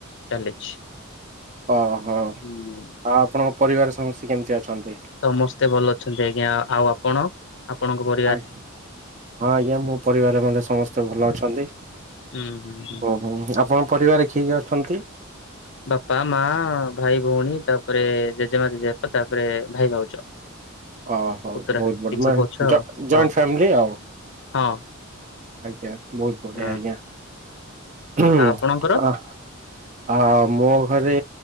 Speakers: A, on the left (about 60°); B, on the right (about 35°).
A: ଚାଲିଛି।
B: ଓହୋ ଆଉ
A: ହୁଁ
B: ଆପଣଙ୍କ ପରିବାର ସମସ୍ତେ କେମିତି ଅଛନ୍ତି?
A: ସମସ୍ତେ ଭଲ ଅଛନ୍ତି ଆଜ୍ଞା ଆଉ ଆପଣ? ଆପଣଙ୍କ ପର
B: ଆଜ୍ଞା ହଁ, ଆଜ୍ଞା ମୋ ପରିବାର ମଧ୍ଯ ସମସ୍ତେ ଭଲ ଅଛନ୍ତି।
A: ହୁଁ ହୁଁ ହୁଁ
B: ଓ
A: ହୁଁ
B: ହୋ
A: ହୁଁ।
B: ଆପଣ ପରିବାରରେ କିଏ କିଏ ଅଛନ୍ତି?
A: ବାପା ମା ଭାଇ ଭଉଣୀ ତାପରେ ଜେଜେମା ଜେଜେବାପା ତାପରେ ଭାଇ ଭାଉଜ।
B: ଓହୋ
A: ପୁତୁରା
B: ବହୁତ
A: ଏତିକି
B: ବଡ
A: ସବୁ
B: ମ ଜ
A: ଅଛ ଆଉ
B: ଜଏଣ୍ଟ
A: ହଁ
B: ଫାମିଲି ଆଉ?
A: ହଁ।
B: ଆଜ୍ଞା ବହୁତ ବଢିଆ
A: ହୁଁ
B: ଆଜ୍ଞା ହୁଁ
A: ଆଉ ଆପଣଙ୍କର?
B: ଆ ଆ ମୋ ଘରେ